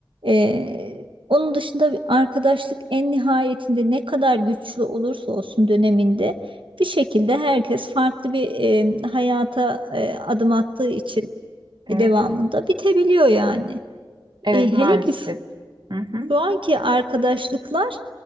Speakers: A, on the right; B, on the right.
A: Eee, onun dışında bir arkadaşlık en nihayetinde ne kadar güçlü olursa olsun döneminde bir şekilde herkes farklı bir eee, hayata eee, adım attığı için
B: Evet,
A: devamında bitebiliyor yani.
B: evet
A: E,
B: maalesef.
A: hele ki
B: Hı hı.
A: şu anki arkadaşlıklar